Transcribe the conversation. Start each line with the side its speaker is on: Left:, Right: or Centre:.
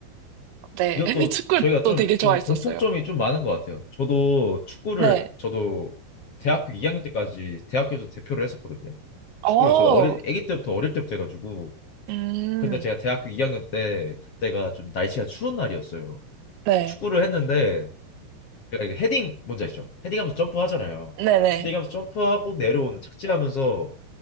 Right: 네.
Left: 이것도
Right: <laughs> 축구도
Left: 저희가 좀,
Right: 되게 좋아했었어요.
Left: 좀 공통점이 좀 많은 것 같아요. 저도 축구를,
Right: 네.
Left: 저도 대학교 2학년 때까지 대학교에서 대표를 했었거든요.
Right: 어,
Left: 축구를 저도 어릴, 아기 때부터 어릴 때부터 해가지고.
Right: 음,
Left: 근데 제가 대학교 2학년 때, 그때가 좀 날씨가 추운 날이었어요.
Right: 네.
Left: 축구를 했는데, 제가 이게 헤딩, 뭔지 아시죠? 헤딩하면서 점프하잖아요.
Right: 네네.
Left: 헤딩하면서 점프하고 내려오는 착지하면서